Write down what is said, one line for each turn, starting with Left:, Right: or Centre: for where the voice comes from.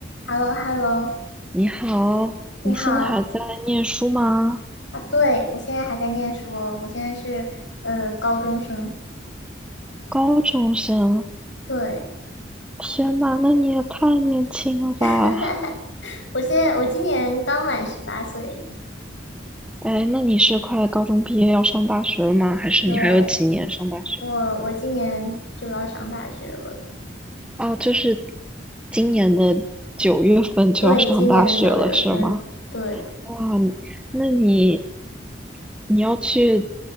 Left: h e l l o h e l l o
Centre: 你好，
Left: 你好
Centre: 你现在还在念书吗？
Left: 啊！对，我现在还在念书哦，我现在是呃高中生。
Centre: 高中生，
Left: 对，
Centre: 天呐，那你也太年轻了吧！
Left: <laughs> 我现在我今年刚满十八岁。
Centre: 哎，那你是快高中毕业要上大学了吗？还是你还有几年上大学？
Left: 对，我我今年就要上大学了。
Centre: 哦，就是今年的九月份就要上大学了，
Left: 对，今年的九月份。
Centre: 是吗？
Left: 对，
Centre: 哇，你那你你要去